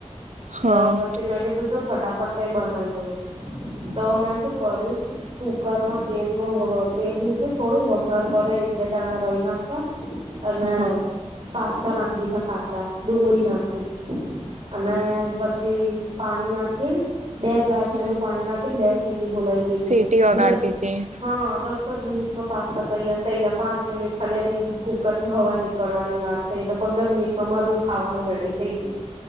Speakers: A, on the right (about 80°); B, on the right (about 50°).
A: હા
B: તો પછી મેં કીધું છે ફટાફટ કઈ બનાવી બ. તોમે શું કર્યું. કુકરમાં તેલ ન તેલનું થોડું વઘાર કર એક બે દાણા રહી નાખ્યા અને
A: હા
B: પાસ્તા નાખ દીધા કાચા ડુંગળી નાખી. અને પછી. પાણી નાખી બે ગ્લાસ
A: હ
B: જેટલું પાણી નાખી ને બે સી બોય છે દસ
A: સીટી વગાડતી હતી
B: હા દસ જ મિનિટમાં પાસ્તા તૈયાર થઈ ગયા પાંચ મિનિટ ખાલી એની કુકર ની હવા નીકળવાની વાત થઈ એટલે પંદર મિનિટમાં મારું ખાવાનું રેડી થઈ ગયું